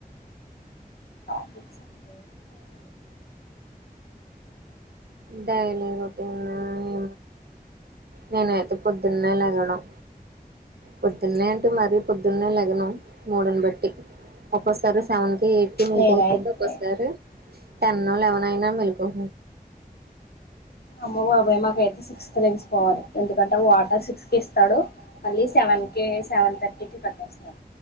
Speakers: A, on the left; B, on the right.
A: ంట
B: డైలీ రొటీన్ ఏ నేనైతే పొద్దున్నే లెగడం పొద్దున్న అంటే మరీ పొద్దున్నే లగడంం మూడ్ ని బట్టి ఒక్కోసారి సెవన్ బయటికి మేం
A: నేనైతే
B: పోతుంటే ఒకసారి టెన్ లెవెన్ అయినా మెళకువ
A: అమ్మో బాబోయ్ మాకు అయితే <unintelligible> ఎంత ఎందుకంటే వాటర్ సిక్స్ కి ఇస్తాడు మళ్ళీ సెవెన్ కి సెవెన్ థర్టీకి కట్టేస్తాడు